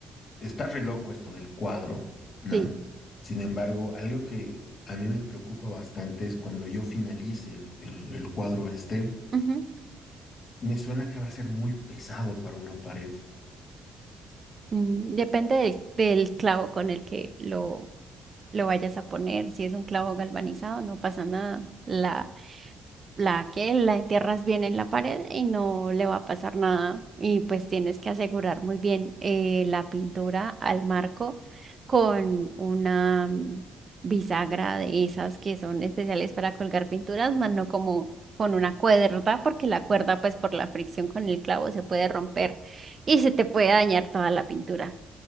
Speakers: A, on the left; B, on the right.
A: está re loco esto del cuadro, ¿no?
B: Sí.
A: Sin embargo, algo que a mí me preocupa bastante es cuando yo finalice el, el el cuadro este,
B: ujú.
A: me suena que va a ser muy pesado para una pared.
B: Mm, Depende del, del clavo con el que lo lo vayas a poner. Si es un clavo galvanizado, no pasa nada. La, la que la entierras bien en la pared y no le va a pasar nada. Y pues tienes que asegurar muy bien eh, la pintura al marco con una mm, bisagra de esas que son especiales para colgar pinturas, más no como con una cuerda, porque la cuerda, pues por la fricción con el clavo, se puede romper y se te puede dañar toda la pintura.